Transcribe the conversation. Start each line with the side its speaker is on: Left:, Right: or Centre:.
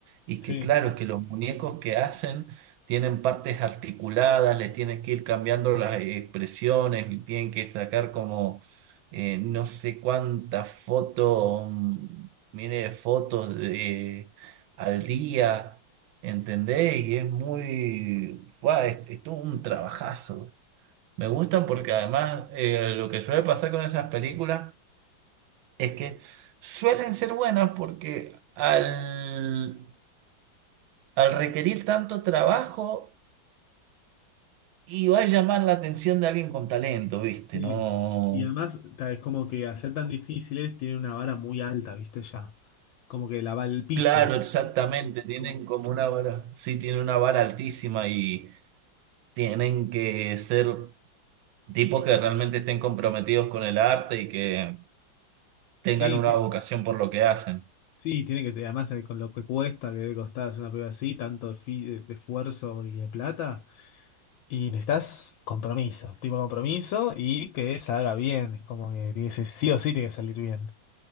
Right: Y
Left: Sí.
Right: que claro, es que los muñecos que hacen tienen partes articuladas, les tienes que ir cambiando las expresiones, le tienen que sacar como eh, no sé cuántas fotos, mm, mire, fotos de, al día. ¿Entendés? Y es muy... ¡Fua! es, es todo un trabajazo. Me gustan porque además eh, lo que suele pasar con esas películas es que suelen ser buenas porque al, al requerir tanto trabajo y va a llamar la atención de alguien con talento, ¿viste?
Left: Sí.
Right: No...
Left: Y además, ta- es como que al ser tan difíciles, tienen una vara muy alta, ¿viste? Ya. Como que la va el piso.
Right: Claro, exactamente. Tienen
Left: Como-
Right: como una vara, sí, tienen una vara altísima y tienen que ser tipos que realmente estén comprometidos con el arte y que tengan
Left: Sí,
Right: una
Left: ti-
Right: vocación por lo que hacen.
Left: sí, tiene que ser. Además, eh, con lo que cuesta, que debe costar hacer una prueba así, tanto de, fi- de- de esfuerzo y de plata. Y necesitas compromiso, tipo compromiso y que salga bien. Es como que tiene que ser- sí o sí tiene que salir bien.